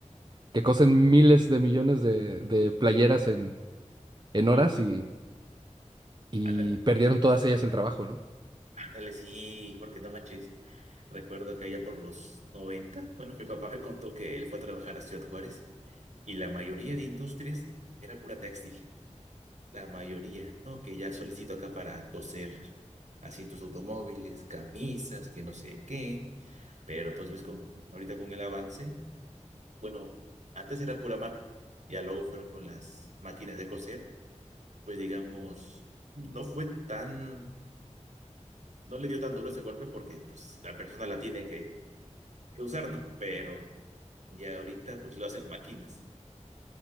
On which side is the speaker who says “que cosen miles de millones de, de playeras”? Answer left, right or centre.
Right